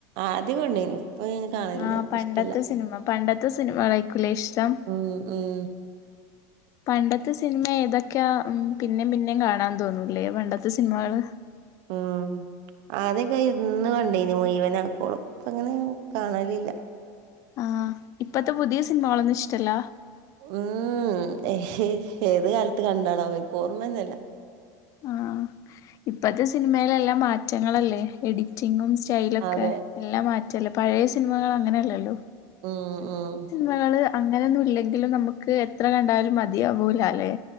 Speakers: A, on the right (about 55°); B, on the left (about 35°).
A: ആദ്യംകൊണ്ടീനു, പ്പ ഇങ്ങനെ കാണലില്ല
B: ആഹ്
A: ൻക്ക്ഷ്ടല്ല
B: പണ്ടത്തെ സിനിമ പണ്ടത്തെ സിനിമകളായിക്കൂലേ ഇഷ്ടം
A: ഉം ഉം
B: പണ്ടത്തെ സിൻമ ഏതൊക്കെയാ ഉം പിന്നേം പിന്നേം കാണാന്തോന്നൂലേ പണ്ടത്തെ സിനിമകള്
A: ഉം ആദ്യക്കെ ഇരുന്ന് കണ്ടേനി മുഴവന ക്കോളു ഇപ്പങ്ങനെ കാണലില്ല
B: ആഹ് ഇപ്പത്തെ പുതിയ സിനിമാളൊന്നും ഇഷ്ടല്ല
A: ഹ്മ്മ് <inaudible> ഏത് കാലത്ത് കണ്ടാണാവോ ഇന്ക്ക് ഓർമ്മന്നല്ല
B: ആഹ് ഇപ്പത്തെ സിനിമയിലെല്ലാം മാറ്റങ്ങളല്ലേ എഡിറ്റിങ്ങും സ്റ്റൈലൊക്കെ
A: അതെ
B: എല്ലാം മാറ്റല്ലേ പഴയെ സിനിമകളങ്ങനെയല്ലല്ലോ
A: ഹ്മ്മ് ഹ്മ്മ്
B: മകള് അങ്ങനൊന്നും ഇല്ലെങ്കിലും നമുക്ക് എത്ര കണ്ടാലും മതിയാവൂല ല്ലെ